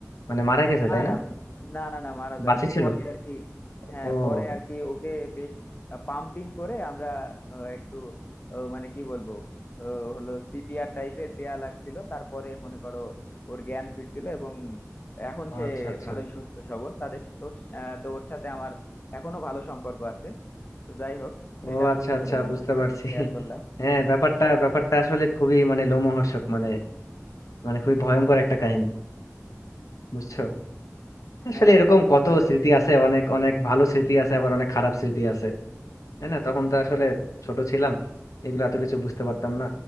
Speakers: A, on the left (about 80°); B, on the left (about 35°).
A: মানে মারা গেছে
B: না
A: তাই না
B: না না না না মারা যায়নি
A: বাঁচি ছিল
B: পরে আর কি হ্যাঁ
A: ও
B: পরে আর কি ওকে বেশ পাম্পিং করে আমরা আহ, একটু আহ, মানে কি বলবো আহ, হলো সিপিআর টাইপের দেয়া লাগছিল তারপরে মনে করো ওর জ্ঞান ফিরছিল এবং এখন সে
A: আচ্ছা আচ্ছা
B: ভালোই সুস্থ সবল তাদের তো আহ, তো ওর সাথে আমার এখনো ভালো সম্পর্ক আছে তো যাই হোক
A: ও
B: এটা
A: আচ্ছা
B: মনে
A: আচ্ছা
B: পড়ে গেল
A: বুঝতে পারছি
B: তাই শেয়ার করলাম
A: হ্যাঁ ব্যাপারটা ব্যাপারটা আসলে খুবই মানে লোমহর্ষক মানে মানে খুবই ভয়ঙ্কর একটা কাহিনী বুঝছো আসলে
B: হ্যাঁ
A: এরকম
B: তখন
A: কত
B: আসলে
A: স্মৃতি আছে অনেক অনেক ভালো স্মৃতি আছে আবার অনেক খারাপ স্মৃতি আছে তাই না তখন তো আসলে ছোট ছিলাম এগুলো এত কিছু বুঝতে পারতাম না